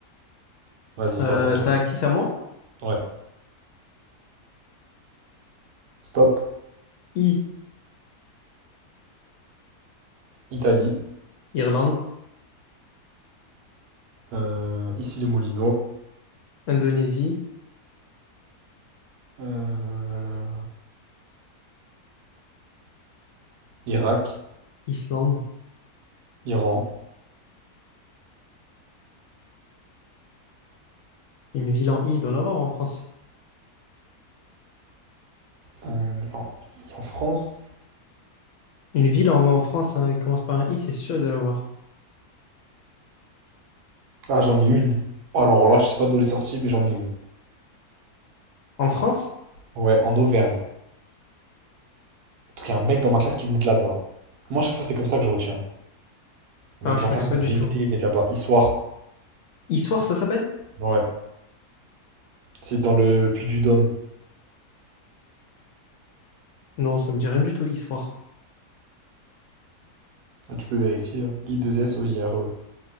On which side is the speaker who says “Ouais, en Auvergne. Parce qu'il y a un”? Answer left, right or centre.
Right